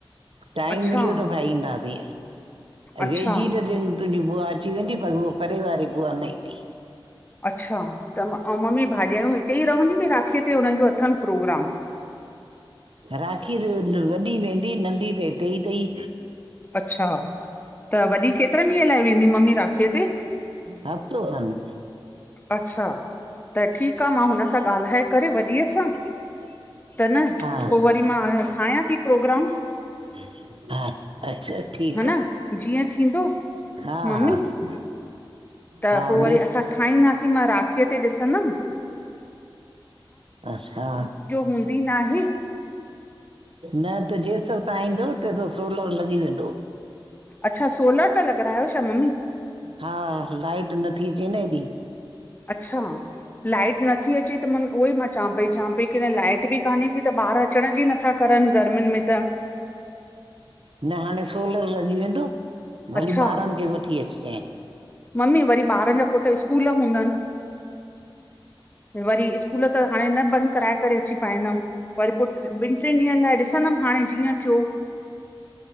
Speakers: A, on the right; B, on the left.
A: टाइम
B: अच्छा
A: मिलियो त भाई ईंदासीं ऐं
B: अच्छा
A: वेझी तन। तुंहिंजी बुआ अची वेंदी पर उहा परे वारी बुआ न ईंदी।
B: अच्छा त अं मम्मी भाॾायूं हिते ई रहंद्यूं कि राखीअ ते हुनन जो अथन प्रोग्राम?
A: राखीय ते वॾी वेंदी नंढी त हिते ही तई।
B: अच्छा त वॾी केतरनि ॾींहंन लाइ वेंदी मम्मी राखीअ ते?
A: हफ्तो खन।
B: अच्छा त ठीक आ मां हुन सां ॻाल्हाए करे वॾीअ सां। त न
A: हा
B: पो वरी मां ठायां थी प्रोग्राम।
A: <unintelligible> हा अच्छा ठीक
B: हा
A: आ
B: न जीअं थींदो
A: हा
B: मम्मी
A: हा।
B: त
A: हा
B: पो
A: ॿियो
B: वरी असां ठाहींदासीं मां राखीअ ते ॾिसंदम।
A: अच्छा
B: हूंदी न आहे
A: न त जे सभ। तां ईंदव त दोसो अलॻ वेंदो।
B: अच्छा सोलर ता लॻरायो छा मम्मी?
A: हा लाइट नथी अचे न ऐॾी।
B: अच्छा। लाइट नथी अचे त मां उहो ई मां चवां पई चवां पई की लाइट बि कान्हे की त ॿार अचण जी न। नथा करन गर्मियुनि में त।
A: न हाणे सोलर लॻी वेंदो भली
B: अच्छा
A: ॿारनि खे वठी अचिजांइ।
B: मम्मी वरी ॿारन जा पो त स्कूल हूंदन वरी स्कूल त। हाणे न बंद कराए करे। अची पाईंदम वरी पो ॿिन ट्रिन ॾींहंन लाइ ॾिसंदम हाणे जीअं थियो।